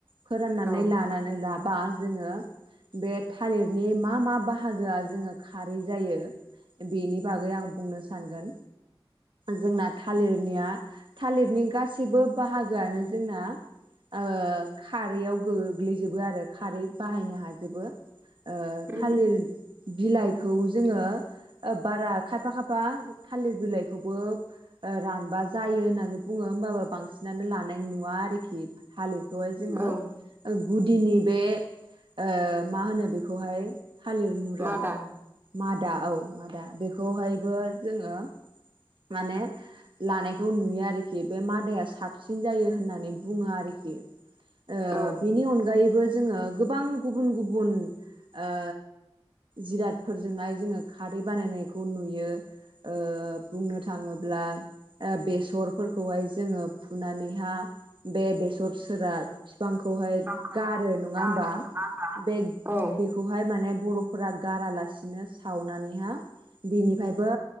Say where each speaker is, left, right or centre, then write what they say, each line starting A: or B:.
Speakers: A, on the right; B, on the right.
A: फोरनानै
B: औ
A: लानानै लाबा जोङो बे थालिरनि मा मा बाहागोआ जोङो खारै जायो बेनि बागै आं बुंनो सानगोन जोंना थालिरनिया थालिरनि गासैबो बाहागोआनो जोंना ओ खारैयाव गोग्लैजोबो आरो खारै बाहायनो हाजोबो ओ
B: उम
A: थालिर बिलाइखौ जोङो बारा खायफा खायफा थालिर बिलाइखौबो ओ रानबा जायो होनना होननानै बुङो होमबाबो बांसिनानो लानाय नुवा आरोखि थालिरखौहाय जोङो ओ
B: औ
A: गुदिनि बे ओ मा होनो बेखौहाय थालिर मुरा
B: मादा
A: मादा औ मादा बेखौहायबो जोङो माने लानायखौ नुयो आरो आरोखि बे मादाया साबसिन जायो होननानै बुङो आरोखि ओ
B: औ
A: बिनि अनगायैबो जोङो गोबां गुबुन गुबुन ओ जिरादफोरजोंहाय जोङो खारै बानायनायखौ नुयो ओ बुंनो थाङोब्ला ओ बेसर फोरखौहाय जोङो फुनानैहा बे बेसर सोरा बिफांखौहाय
B: गांखौहाय
A: गारो नङा
B: गारो
A: होमबा
B: नङा
A: बे
B: औ
A: बेखौ खौहाय माने बर'फोरा गारालासिनो सावनानैहा बिनिफायबो